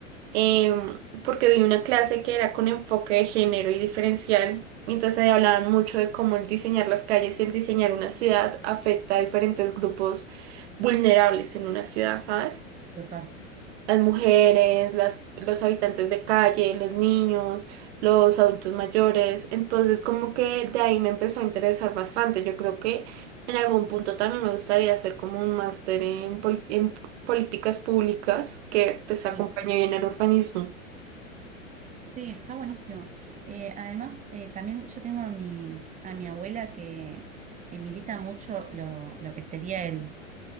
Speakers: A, on the right (about 55°); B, on the right (about 20°).
A: em, porque vi una clase que era con enfoque de género y diferencial, y entonces ahí hablaban mucho de cómo el diseñar las calles y el diseñar una ciudad afecta a diferentes grupos vulnerables en una ciudad, ¿sabes?
B: Total.
A: las mujeres, las, los habitantes de calle, los niños, los adultos mayores. Entonces, como que de ahí me empezó a interesar bastante. Yo creo que en algún punto también me gustaría hacer como un máster en, poli- en políticas públicas que pues acompañe
B: Sí,
A: bien al urbanismo.
B: Sí, está buenísimo. Eh, además, eh, también yo tengo a mi, a mi abuela que, que milita mucho lo, lo que sería el